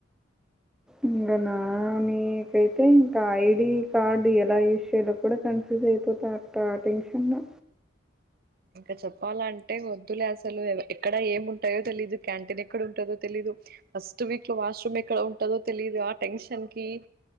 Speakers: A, in the centre; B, on the right.
A: ఇంకా నానికైతే ఇంకా ఐడి కార్డ్ ఎలా యూస్ చేయాలో కూడా కన్ఫ్యూజ్ అయి ఇంకా అప్పుడు ఆ టెన్షన్ల
B: ఇంకా చెప్పాలంటే వద్దులే అసలు ఎక్కడ ఏముంటయో తెలీదు క్యాంటీన్ ఎక్కడ ఉంటదో తెలీదు ఫస్ట్ వీక్ లో వాష్రూమ్ ఎక్కడ ఉంటదొ తెలిదు ఆ టెన్షన్ కి